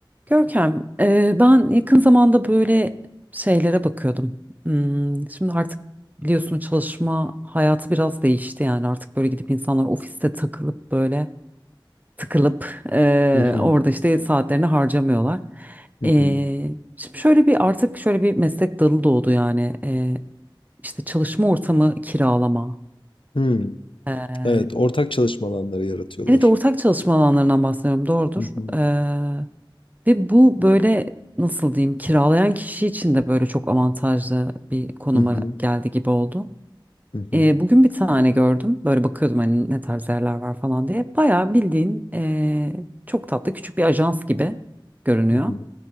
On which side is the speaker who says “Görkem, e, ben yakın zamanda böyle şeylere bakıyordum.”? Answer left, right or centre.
Right